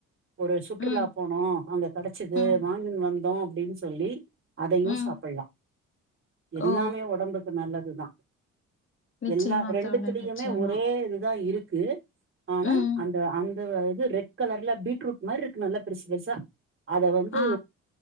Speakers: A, on the right; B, on the left.
A: ஒரு சுற்றுலா
B: ம்
A: போனோ அங்க கடச்சிது
B: ம்
A: வாங்கின்னு வந்தோ அப்டின்னு சொல்லி அத யூஸ்
B: ம்
A: லா எல்லாமே
B: ஓ
A: ஒடம்புக்கு நல்லது இதுதா
B: நிச்சயமா
A: எல்லா ரெண்டுத்துலயுமே
B: தோழி நிச்சயமா
A: ஒரே இதுதா இருக் க்கு ஆனா
B: ம்
A: அந்த அந்த அது இது ரெட் கலர்ல பீட்ரூட் மாதிரி இருக்கு நல்லா பெருசு பெருசா அத வந்து
B: ஆ